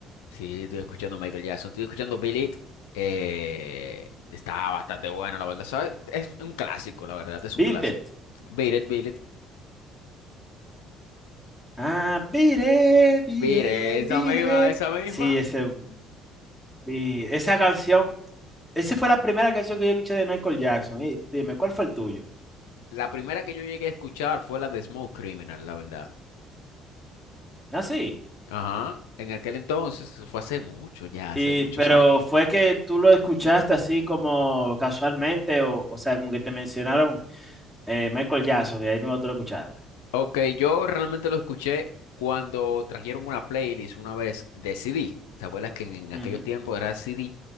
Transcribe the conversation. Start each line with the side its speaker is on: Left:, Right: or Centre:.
Left: Sí, estoy escuchando a Michael Jackson. Estoy escuchando Beat It. Eh, está bastante buena, la verdad. ¿sabes? Es un clásico, la verdad, es
Centre: Beat
Left: un clásico.
Centre: It.
Left: Beat It, Beat It.
Centre: Ah, Beat It, Beat
Left: Beat
Centre: It,
Left: esa
Centre: Beat
Left: misma,
Centre: It.
Left: esa misma.
Centre: Sí, ese, y esa canción, esa fue la primera canción que yo escuché de Michael Jackson. Y dime, ¿cuál fue el tuyo?
Left: La primera que yo llegué a escuchar fue la de Smoke Criminal, la verdad.
Centre: Ah, sí.
Left: Ajá, en aquel entonces, eso fue hace mucho, ya hace
Centre: Y,
Left: muchos
Centre: pero
Left: años.
Centre: fue que tú lo escuchaste así como casualmente, o, o sea, como que te mencionaron. Eh, Michael Jackson, y ahí mismo tú lo escuchaste.
Left: Ok, yo realmente lo escuché cuando trajeron una playlist una vez de CD. ¿Te acuerdas que en, en aquellos
Centre: Ujú,
Left: tiempos era CD?